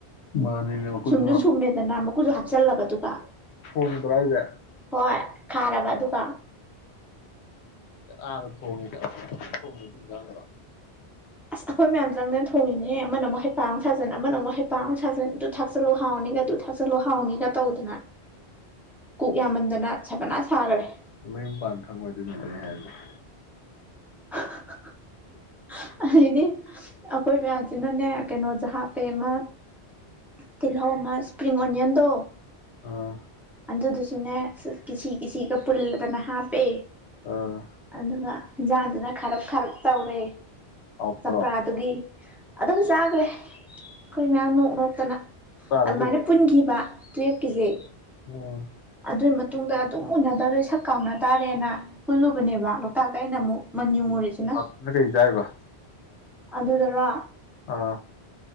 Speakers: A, on the left; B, in the centre.
A: ꯃꯥꯅꯤꯅꯦ ꯃꯈꯨꯠꯁꯨ
B: ꯁꯨꯝꯁꯨ ꯁꯨꯝꯃꯦꯗꯅ ꯃꯀꯨꯁꯨ ꯍꯥꯞꯆꯜꯂꯕ ꯑꯗꯨꯒ
A: ꯊꯣꯡꯕꯗꯔꯥ ꯍꯥꯏꯖꯦ
B: ꯍꯣꯏ ꯈꯥꯔꯕ ꯑꯗꯨꯒ
A: ꯉꯥꯥꯥꯥꯥꯥꯔꯣ ꯊꯣꯡꯉꯤꯖꯦ ꯊꯣꯡꯉꯤ ꯏꯟꯖꯥꯡꯗꯣ
B: ꯑꯁ ꯑꯩꯈꯣꯏ ꯃꯌꯥꯝ ꯆꯪꯗꯅ ꯊꯣꯡꯉꯤꯅꯤꯅꯦ ꯑꯃꯅ ꯑꯃꯨꯛ ꯍꯩꯄꯥꯃꯨꯛ ꯁꯥꯖꯟ ꯑꯃꯅ ꯑꯃꯨꯛ ꯍꯩꯄꯥꯛ ꯑꯃꯨꯛ ꯁꯥꯖꯟ ꯑꯗꯨ ꯊꯥꯛꯆꯜꯂꯨ ꯍꯥꯎꯅꯤꯒ ꯑꯗꯨ ꯊꯥꯛꯆꯜꯂꯨ ꯍꯥꯎꯅꯤꯒ ꯇꯧꯗꯅ ꯀꯨꯛ ꯌꯥꯝꯃꯟꯗꯅ ꯁꯕꯅꯥ ꯁꯥꯒꯔꯦ
A: ꯃꯌꯨꯝ ꯄꯥꯟ ꯈꯪꯉꯣꯏ ꯑꯗꯨ ꯃꯤꯗꯣꯑꯩꯍꯩꯅꯗꯦ <unintelligible>
B: <unintelligible> ꯑꯗꯩꯗꯤ ꯑꯩꯈꯣꯏ ꯃꯌꯥꯝꯁꯤꯅꯅꯦ ꯀꯩꯅꯣꯁꯦ ꯍꯥꯞꯄꯦ ꯑꯃ ꯇꯜꯧ ꯑꯃ ꯏꯁꯄ꯭ꯔꯤꯡ ꯑꯣꯟꯌꯟꯗ
A: ꯑꯥ
B: ꯑꯗꯨꯗꯨꯁꯨꯅꯦ ꯀꯤꯁꯤ ꯀꯤꯁꯤ ꯄꯨꯜꯂꯗꯅ ꯍꯥꯞꯄꯦ
A: ꯑꯥ
B: ꯑꯗꯨꯒ ꯏꯟꯖꯥꯡꯗꯨꯅ ꯈꯔꯞ ꯈꯥꯔꯞ ꯇꯧꯔꯦ
A: ꯍꯥꯎꯇ꯭ꯔꯣ
B: ꯆꯝꯄ꯭ꯔꯥꯗꯨꯒꯤ ꯑꯗꯨꯝ ꯆꯥꯈ꯭ꯔꯦ ꯑꯩꯈꯣꯏ ꯃꯌꯥꯝ ꯅꯣꯛ ꯅꯣꯛꯇꯅ
A: ꯆꯥꯗ
B: ꯑꯗꯨꯃꯥꯏꯅ
A: ꯀꯨꯏꯕꯒꯤ
B: ꯄꯨꯟꯈꯤꯕ ꯇꯨꯌꯦꯞꯀꯤꯖꯦ
A: ꯎꯝ
B: ꯑꯗꯨꯒꯤ ꯃꯇꯨꯡꯗ ꯑꯗꯨꯝ ꯎꯅꯗꯕ꯭ꯔꯦ ꯁꯛꯀ ꯀꯥꯡꯅꯗꯦ ꯆꯥꯔꯦꯅ ꯄꯨꯜꯂꯨꯕꯅꯦꯕ ꯥꯡ ꯑꯩꯅ ꯑꯃꯨꯛ ꯃꯟ ꯌꯨꯡꯉꯨꯔꯤꯁꯤꯅ
A: ꯍꯥꯎꯇꯅ ꯀꯩ ꯆꯥꯏꯕ
B: ꯑꯗꯨꯗ ꯔ
A: ꯑ